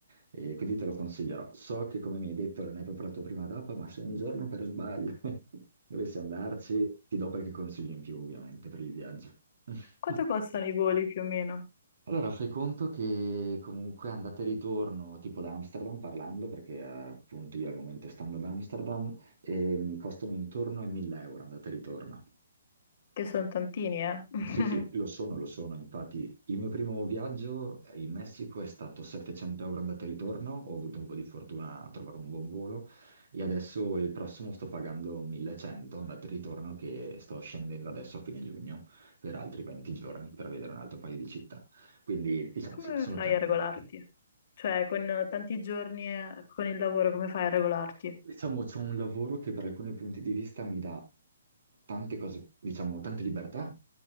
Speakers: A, on the right (about 55°); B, on the left (about 30°).
A: e quindi te lo consiglierò. So che, come mi hai detto, non hai proprio la tua prima tappa, ma se un giorno per sbaglio <laughs> dovessi andarci, ti do qualche consiglio in più, ovviamente, per il viaggio. <laughs>
B: Quanto costano i voli più o meno?
A: Allora, fai conto che comunque andata e ritorno, tipo da Amsterdam parlando, perché eh, appunto io al momento stando ad Amsterdam, eh, mi costano intorno ai 1000 euro andata e ritorno.
B: Che sono tantini, eh? <laughs>
A: Sì, sì, lo sono, lo sono. Infatti, il mio primo viaggio in Messico è stato 700 euro andata e ritorno. Ho avuto un po' di fortuna a trovare un buon volo e adesso il prossimo sto pagando 1100 andata e ritorno, che sto scendendo adesso a fine giugno per altri 20 giorni per vedere un altro paio di città. Quindi diciamo
B: Come
A: sì, sono
B: fai
A: tanti.
B: a regolarti? Cioè, con tanti giorni eh, con il lavoro, come fai a regolarti?
A: Diciamo c'è un lavoro che per alcuni punti di vista mi dà tante cose, diciamo tante libertà